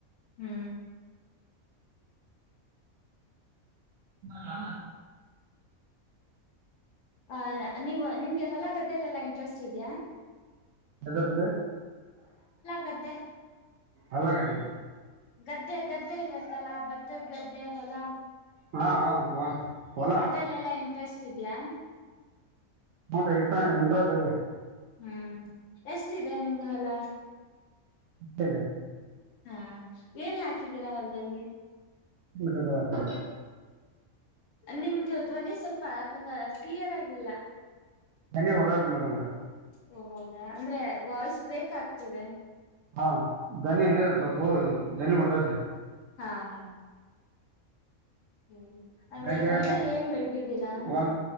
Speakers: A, on the left; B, on the right.
A: ಹ್ಮ್
B: ಹಾ
A: ಆ ನೀವು ನಿಮ್ಗೆ ಹೊಲ ಗದ್ದೆಲೆೆಲ್ಲಾ ಇಂಟ್ರೆಸ್ಟ್ ಇದೆಯಾ
B: ಹೆದ್ರೀ
A: ಗದ್ದೆ
B: ಅಲ್ಲ ಗಡಿ
A: ಗದ್ದೆ ಗದ್ದೆ ಇರತ್ತಲ್ಲ ಭತ್ತದ್ ಗದ್ದೆ ಹೊಲ
B: ಹಾಂ ಹಾಂ ವ ಹೊಲ
A: ಅದ್ರಲ್ಲ ಎಲ್ಲಾ ಇಂಟ್ರೆಸ್ಟ್ ಇದ್ಯಾ
B: ಮ ಇಂಟ್ರೆಸ್ಟ್ ಅದೆ
A: ಹ್ಮ್ ಎಷ್ಟಿದೆ ನಿಮ್ದು ಹೊಲ
B: ಹದ
A: ಹಾ ಏನ್ ಹಾಕಿದ್ದೀರಾ ಹೊಲ್ದಲ್ಲಿ
B: ಮಾಡ್ತ
A: ನಿಮ್ದು ಧ್ವನಿ ಸ್ವಲ್ಪ ಆಗಾಗ ಕ್ಲಿಯರ್ ಆಗಿಲ್ಲ
B: ನನ ಹೊಡದಾತ ಮೇಡಮ್ ಅವರ
A: ಓ ಹೌದಾ ಅಂದ್ರೆ ವಾಯ್ಸ್ ಬ್ರೇಕ್ ಆಗ್ತಿದೆ
B: ಹಾ ದನಿ
A: ಹ್ಮ್
B: ಸ್ವಲ್ಪ ದನಿ ಮಾಡದತ್
A: ಹಾ ಹಾ ಸರಿ ಅಂದ್ರೆ
B: ಬೆಗೆ
A: ಹೊಲದಲ್ಲಿ
B: ಒ
A: ಏನ್ ಬೆಳದಿದ್ದೀರಾ
B: ಒಂದು